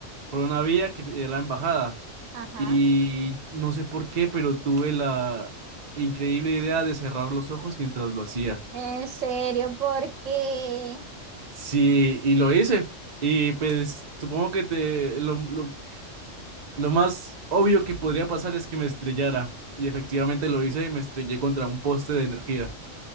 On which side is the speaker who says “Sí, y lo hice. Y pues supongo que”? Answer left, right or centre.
Right